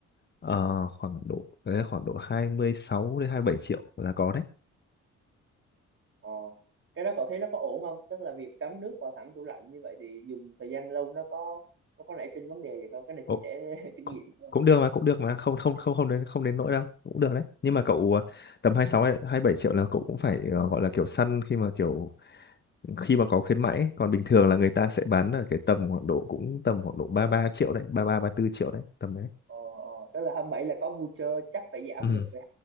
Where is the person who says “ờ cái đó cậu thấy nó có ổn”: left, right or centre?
Right